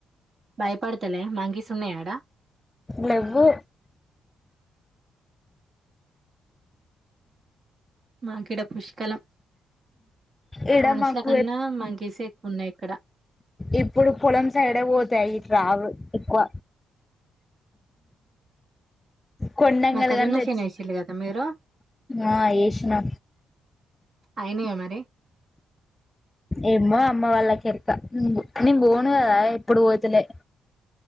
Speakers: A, on the right; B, on the left.
A: భయపడుతలే మంకీస్ ఉన్నాయ ఆడ
B: లెవ్వు
A: మాకి ఈడ పుష్కలం
B: ఈడ
A: మనసుల
B: మాకు
A: కన్నా మంకేసే స ఎక్కువ ఉన్నాయి ఇక్కడ
B: ఇప్పుడు పొలం సైడే పోతాయి ఇట్ల రావు ఎక్కువ కొండంగలు
A: మాక్కజొన్న
B: గాని తెచ్చు
A: <unintelligible> కదా మీరు
B: ఆ వేసినా
A: అయినయా మరి
B: ఏమో అమ్మ వాళ్ళకి ఎరక నేను పోను కదా ఎప్పుడు పోతులే